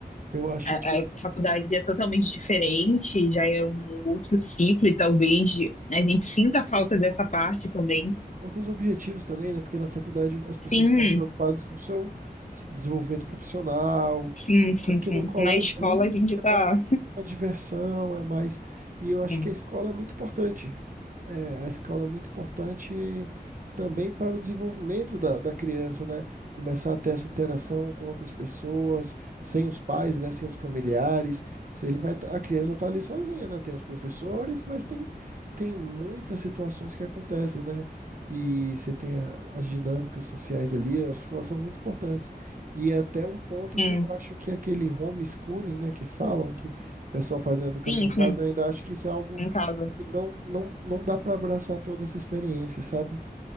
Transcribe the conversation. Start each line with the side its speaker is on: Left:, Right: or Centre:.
Right: Eu acho
Left: a,
Right: que
Left: a faculdade é totalmente diferente, já é um outro ciclo, e talvez a gente sinta a falta
Right: eu,
Left: dessa parte também.
Right: outros objetivos também, né? Porque na faculdade as pessoas
Left: Sim,
Right: estão mais preocupadas com o seu s- desenvolvimento profissional,
Left: sim,
Right: enquanto
Left: sim,
Right: que
Left: sim.
Right: no colégio
Left: Na escola
Right: ali
Left: a gente
Right: é
Left: tá.
Right: mais uma diversão, é mais. E eu acho
Left: Sim,
Right: que a escola é muito importante. É, a escola é muito importante também para o desenvolvimento da, da criança, né? Começar a ter essa interação com outras pessoas, sem os pais, né? Sem os familiares. Se ele vai, tá- a criança está ali sozinha, né? Tem os professores, mas tem, tem muitas situações que acontecem, né? e você tem a- as dinâmicas sociais ali, elas, elas são muito importantes. E é até um ponto
Left: sim,
Right: que eu acho que é aquele homeschooling, né, que falam que o pessoal faz a educação
Left: sim,
Right: em
Left: sim,
Right: casa, eu ainda acho que isso é algo
Left: em casa.
Right: que não, não, não dá para abraçar toda essa experiência, sabe?